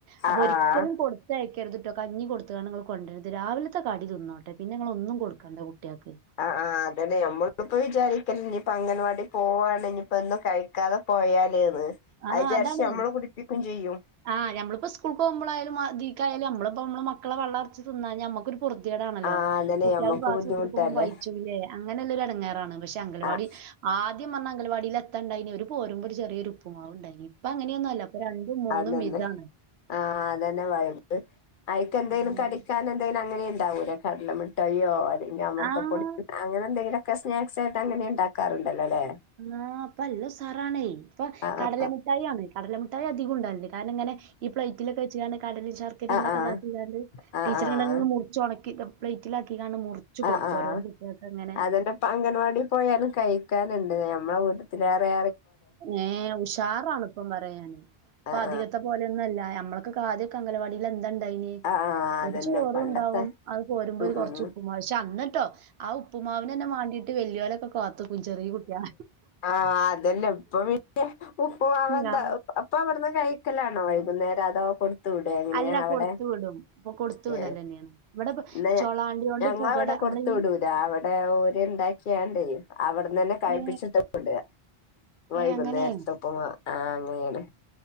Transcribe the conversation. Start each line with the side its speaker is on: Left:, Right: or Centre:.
Right: അപ്പൊ
Left: ആഹ്
Right: ഒരിക്കലും
Left: ആഹ് ആഹ്
Right: കൊട് കൊടുത്തയക്കരുത്ട്ടോ കഞ്ഞി കൊട്ത്ത്കാണ്ട് ഇങ്ങള് കൊണ്ടരത് രാവിലത്തെ കടി തിന്നോട്ടെ പിന്നെ നിങ്ങള് ഒന്നും കൊടുക്കണ്ട കുട്ടിയേൾക്ക്
Left: ആഹ് ആഹ് അതെന്നെ നമ്മള്പ്പ വിചാരിക്കല്ലേ ഇനിയിപ്പ അംഗലവാടി പോവാണ് ഇന്ന്പ്പ ഒന്നും കഴി ക്കാതെ പോയാല്ന്ന്
Right: ആഹ്
Left: അത് വിചാരിച്ച്
Right: അതാണെ
Left: നമ്മള് കുടിപ്പിക്കും ചെയ്യും
Right: ആഹ് നമ്മള്പ്പോ സ്കൂൾക്കൊകുമ്പളായാലും ഇതിക്കായാലും നമ്മള്പ്പം നമ്മളെ മക്കളെ പള്ളർച്ച് തിന്നാന നമ്മക്കൊര് പൊ പൊർതിയേടാണല്ലോ
Left: ആഹ് അതന്നെ
Right: കുട്ടിയാൾക്ക്
Left: നമ്മക്ക്
Right: ക്ലാസ്സ്ട്ക്കുമ്പം
Left: ബുദ്ധിമുട്ടല്ലേ
Right: പയിച്ചൂല്ലേ അങ്ങനെല്ലൊരു എടങ്ങാറാണ് പക്ഷെ അങ്കലവാടി,
Left: ആഹ്
Right: ആദ്യം വന്ന അങ്കലവാടില് എത്താണ്ടായിനെ ഒര് പോരുമ്പോ ഒരു ചെറിയൊരു ഉപ്പുമാവുണ്ടായിനി. ഇപ്പങ്ങനെയൊന്നല്ല ഇപ്പ രണ്ടും മൂന്നും
Left: അതന്നെ
Right: വിതാണ്.
Left: ആഹ് അതന്നെ വൈബ് അയിക്കെന്തേലും
Right: ആഹ്
Left: കടിക്കാനെന്തേലും അങ്ങനിം ഇണ്ടാവൂലെ കടല മിഠായോ അല്ലെങ്കി അമൃതപ്പൊടി
Right: ആഹ്
Left: അങ്ങനെ എന്തെങ്കിലൊക്കെ സ്നാക്സ് ആയിട്ട് അങ്ങനെ ഇണ്ടാക്കാറുണ്ടല്ലോ ല്ലേ
Right: ആഹ് ഇപ്പ നല്ല ഉസാറാണേ ഇപ്പ
Left: ആഹ്
Right: കടല മിഠായാണ്. കടല മുട്ടായി അധികും ഇണ്ടാവല്ണ്ട് കാരണം ഇങ്ങനെ ഈ പ്ലൈറ്റിലൊക്കെ വെച്ച് കാണ്ട് കടലിം ശർക്കരിം
Left: ആഹ്
Right: ഇതൊക്കെ
Left: ആഹ്
Right: ഇതാക്കികാണ്ട്
Left: ആഹ്
Right: ടീച്ചറിങ്ങനെ
Left: ആഹ്
Right: മുറിച്ചൊണക്കി പ്ലൈറ്റിലാക്കികാണ്ട് മുറിച്ചു
Left: ആഹ്
Right: കൊടുക്കും
Left: ആഹ് ആഹ്
Right: ഒരോ കുട്ടികൾക്ക്ങ്ങനെ
Left: അതന്നെ ഇപ്പ അംഗലവാടി പോയാലും കൈക്കാന്ണ്ട് ഞമ്മളെ വീട്ട്ത്തെലേറേ
Right: ഏഹ് ഉഷാറാണ് ഇപ്പം പറയാ ഞാന് ഇപ്പധിക
Left: ആഹ്
Right: ഇപ്പത്തെ പോലൊന്നല്ല നമ്മൾക്കൊക്കെ ആദ്യക്കെ അഗലവാടിയില് എന്ത ഇണ്ടായിനെ
Left: ആഹ് ആഹ് ആഹ് അതന്നെ
Right: ഒരു ചോറുണ്ടാവും
Left: പണ്ടത്തെ
Right: അത് പോരുമ്പോ
Left: ഉം
Right: ഒര് കൊറച്ച്
Left: ഉം
Right: ഉപ്പു പക്ഷെ അന്നട്ടോ ആ ഉപ്പുമാവിനെന്നെ മാണ്ടിയിട്ട് വല്ല്യോലൊക്കെ കാത്ത്ക്കും ചെറിയ കുട്ടിയാ
Left: ആഹ് അതെ. ഇല്ല ഇപ്പ പിന്നെ ഉപ്പ്മാവന്താ
Right: ഞാൻ
Left: അപ്പ അവ്ട്ന്ന് കഴിക്കലാണോ വൈകുന്നേരം അതോ കൊട്ത്ത് ത്ത് വിടായിരുന്നു
Right: അല്ല
Left: ലെ അവടെ
Right: കൊടുത്തു വിടും ഇപ്പൊ കൊടുത്തു
Left: ഏ
Right: വിടലെന്നെയാണ് ഇവിടെ പ-
Left: പിന്നെ
Right: ചൊളാണ്ടി കൊണ്ട്
Left: ഞങ്ങളവിടെ
Right: പുകട
Left: കൊടുത്തു
Right: നമ്മളെ ഈ
Left: വിടൂല അവിടെ ഓല്ണ്ടാക്കി ണ്ടനി അവിടന്ന് തന്നെ കഴിപ്പിച്ചിട്ട്
Right: ഏ
Left: വിട വൈകുന്നേരതും
Right: ഏ അങ്ങനെ
Left: ഉപ്പുമാവ് ആഹ് അങ്ങനെയാണ്